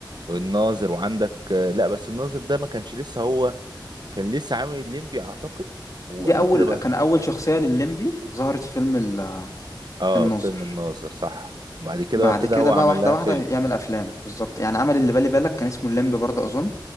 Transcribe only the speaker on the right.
والناظر وعندك آه، لا بس الناظر ده ما كانش لسه هو كان لسه عامل الليمبي اعتقد وبعد
كده بقى
اه
فيلم الناظر صح وبعد كده
بقى ابتدى
هو
عمل
لها
فيلم